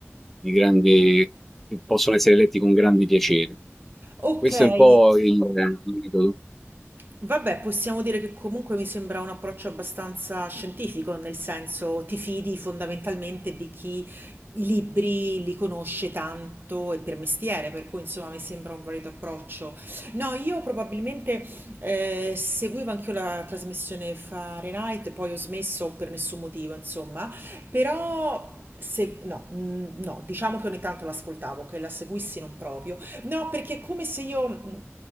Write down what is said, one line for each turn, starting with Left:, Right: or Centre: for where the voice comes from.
Centre: di grande, che possono essere letti con grande piacere.
Right: Okay,
Centre: Questo è un po' il il metodo.
Right: Vabbè, possiamo dire che comunque mi sembra un approccio abbastanza scientifico, nel senso ti fidi fondamentalmente di chi i libri li conosce tanto e per mestiere, per cui insomma mi sembra un valido approccio. No, io probabilmente eh, seguivo anch'io la trasmissione Fahrenheit, poi ho smesso per nessun motivo, insomma, però se, no, mm, no, diciamo che ogni tanto l'ascoltavo, che la seguissi non proprio. No, perché è come se io, mh,